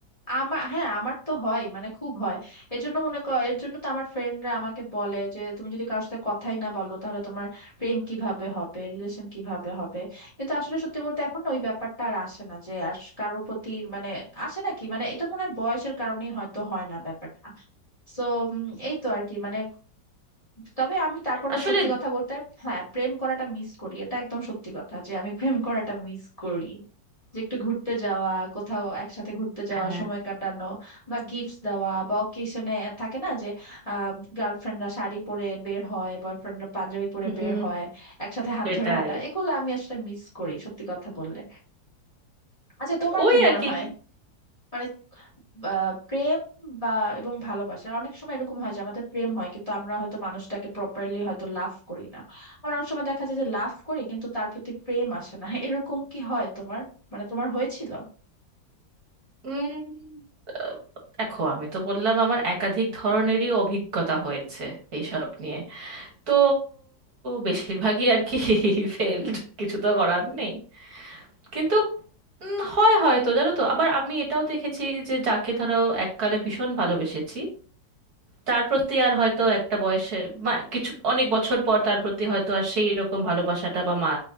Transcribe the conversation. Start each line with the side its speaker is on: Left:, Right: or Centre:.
Left: আমার হ্যাঁ আমার তো হয় মানে খুব হয় এর জন্য মনে কর এর জন্য তো আমার ফ্রেন্ডরা আমাকে বলে যে তুমি যদি কারোর সাথে কথাই না বলো তাহলে তোমার প্রেম কিভাবে হবে রিলেশন কিভাবে হবে কিন্তু আসলে সত্যি বলতে এখন না ওই ব্যাপারটা আর আসে না যে আর কারোর প্রতি মানে আসে না কি মানে এটা মনে হয় বয়সের কারণেই হয়তো হয় না ব্যাপারটা সো এই তো আর কি মানে তবে আমি তারপরও
Right: আসলে
Left: সত্যি কথা বলতে হ্যাঁ প্রেম করাটা মিস করি এটা একদম সত্যি কথা যে আমি প্রেম করাটা মিস করি যে একটু ঘুরতে যাওয়া কোথাও একসাথে ঘুরতে যাওয়া
Right: হ্যাঁ
Left: সময় কাটানো বা গিফটস দেওয়া বা অকেশনে থাকে না যে আহ গার্লফ্রেন্ডরা শাড়ি পরে বের হয় বয়ফ্রেন্ডরা পাঞ্জাবি পরে
Right: হুম
Left: বের হয় একসাথে হাত
Right: সেটাই
Left: ধরে হাঁটা এগুলো আমি আসলে মিস করি সত্যি কথা বললে আচ্ছা তোমার
Right: ওই
Left: কি মনে
Right: আর কি
Left: হয় মানে আহ, প্রেম বা এবং ভালোবাসা অনেক সময় এরকম হয় যে আমাদের প্রেম হয় কিন্তু আমরা হয়তো মানুষটাকে প্রপারলি হয়তো লাভ করি না আবার অনেক সময় দেখা যায় যে লাভ করি কিন্তু তার প্রতি প্রেম আসে না এরকম কি হয় তোমার মানে তোমার হয়েছিল
Right: উম, আহ, দেখো আমি তো বললাম আমার একাধিক ধরনেরই অভিজ্ঞতা হয়েছে এইসব নিয়ে তো বেশিরভাগই আর কি <laughs> ফেলড কিছু তো করার নেই কিন্তু উম, হয় হয়তো জানো তো আবার আমি এটাও দেখেছি যে যাকে ধরো এককালে ভীষণ ভালোবেসেছি তার প্রতি আর হয়তো একটা বয়সে বা কিছু অনেক বছর পর তার প্রতি হয়তো আর সেই রকম ভালোবাসাটা বা মা